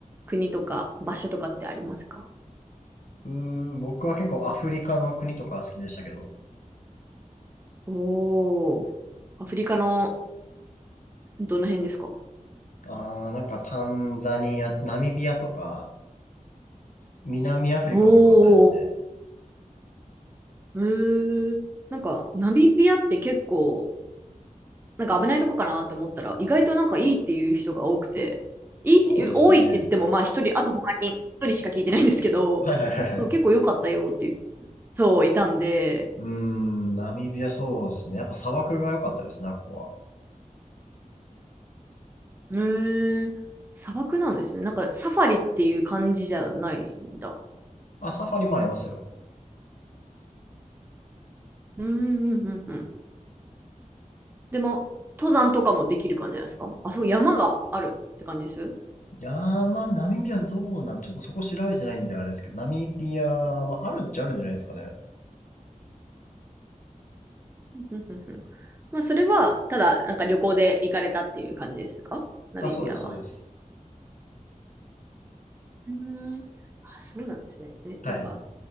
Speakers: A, on the right; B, on the left.
A: 国とか場所とかってありますか
B: うーん、僕は結構アフリカの国とか好きでしたけど、
A: おーアフリカのどの辺ですか
B: あー、なんかタンザニア、ナミビアとか、南アフリカも良かったですね。
A: おー、へーなんか、ナミビアって結構、なんか危ないとこかなって思ったら、意外となんかいいっていう人が多くて、いいって多いって言っても、
B: そうですね。
A: まあ一人、あと他に一人しか聞いてないんですけど、
B: はいはいはいはい。
A: そう、結構良かったよっていう、そう、いたんで、
B: うーん、ナミビアそうですね。やっぱ砂漠が良かったですね、あっこは。
A: へー砂漠なんですね。なんかサファリっていう感じじゃないんだ。
B: あ、サファリもありますよ。
A: うん、うん、うん、うん。でも、登山とかもできる感じなんですかあ、そう、山があるって感じです
B: 山、ナミビアどうなん、ちょっとそこ調べてないんであれですけど、ナミビア、まあ、あるっちゃあるんじゃないですかね。
A: うんうんうんうんまあ、それは、ただ、なんか旅行で行かれたっていう感じですかナミビアは。
B: あ、そうです、そうです。
A: うーん。あ、そうなんですね。え、
B: はい。
A: なんか、